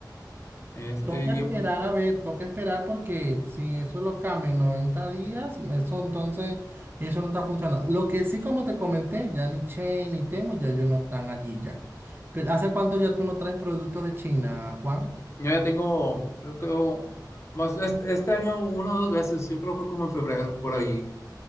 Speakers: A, on the left; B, on the right.
A: es-
B: Toca
A: y
B: esperar
A: yo,
B: a ver, toca esperar porque si eso lo cambia en 90 días, eso entonces, eso no está funcionando. Lo que sí, como te comenté, ya ni Chain ni Temo, ya ellos no están allí ya. Pero ¿hace cuánto ya tú no traes productos de China, Juan?
A: yo ya tengo, yo creo, más este, este año una o dos veces, yo creo que fue como en febrero, por ahí